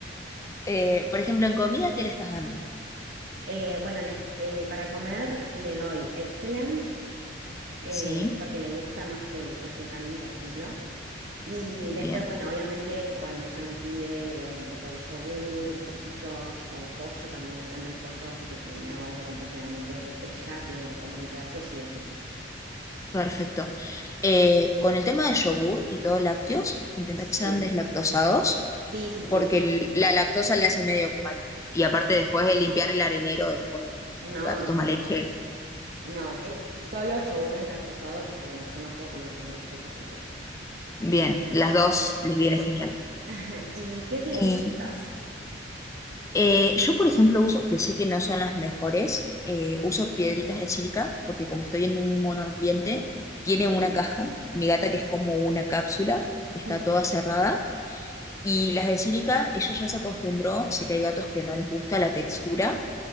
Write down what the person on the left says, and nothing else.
eh, por ejemplo, en comida, ¿qué le estás dando?
Sí,
bien,
perfecto. Eh, con el tema de yogur y todo lácteos, intenta
que sean deslactosados,
porque el- la lactosa le hace medio que mal. Y aparte, después de limpiar el arenero, después el
gato
toma
leche,
bien, las
dos les
viene genial.
Y
Eh, yo, por ejemplo, uso, que sé que no son las mejores, eh, uso piedritas de sílica, porque como estoy en un monoambiente, tiene
una caja, mi gata que es como una cápsula, está
toda cerrada, y las de sílica, ella ya se acostumbró, sé que hay gatos que no les gusta la textura,